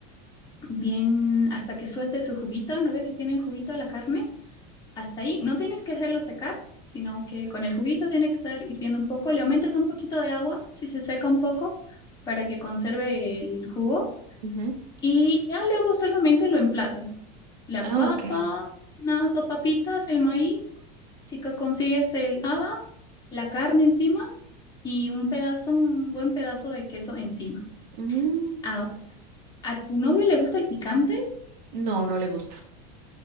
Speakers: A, on the left; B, on the right.
A: bien hasta que suelte su juguito. ¿No ves que tiene juguito la carne? Hasta ahí no tienes que hacerlo secar, sino que con el juguito tiene que estar hirviendo un poco. Le aumentas un poquito de agua si se seca un poco para que conserve el jugo.
B: ujú.
A: Y ya luego solamente lo emplatas. La
B: Ah,
A: papa,
B: ok.
A: unas dos papitas, el maíz, si co- consigues el haba, la carne encima y un pedazo, un buen pedazo de queso encima.
B: Mm,
A: Ahora, ¿a tu novio le gusta el picante?
B: No, no le gusta.